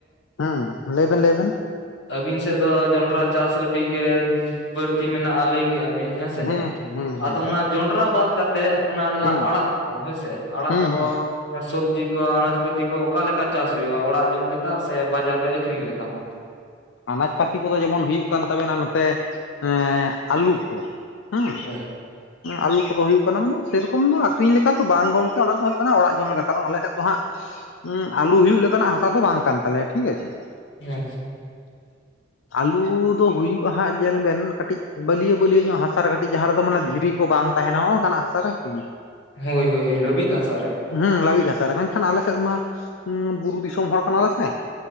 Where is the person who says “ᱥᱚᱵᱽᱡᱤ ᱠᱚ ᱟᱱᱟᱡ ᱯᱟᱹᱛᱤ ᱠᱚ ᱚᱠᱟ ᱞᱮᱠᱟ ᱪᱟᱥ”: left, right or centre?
Left